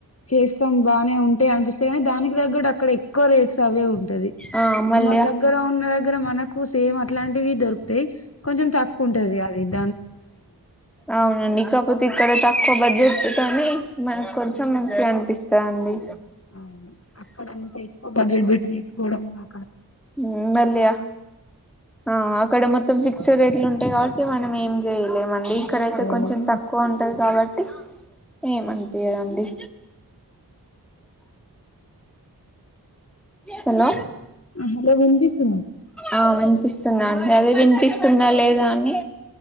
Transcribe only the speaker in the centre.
ఆ
మళ్ళీ
అవును నికపోతె ఇక్కడ తక్కువ బడ్జెట్ కానీ మనకు కొంచెం మంచిగా అనిపిస్తాది అండి
ఉ మల్లియ ఆ అక్కడ మొత్తం ఫిక్స్డ్ రేట్లు ఉన్ ఉంటాయి కాబట్టి మనం ఏం చేయలేమండి ఇక్కడైతే
కొంచెం తక్కువ ఉంటది కాబట్టి ఏమనిపియదండి. హలో
ఆ వినిపిస్తుందా అండి అదే వినిపిస్తుందా లేదా అని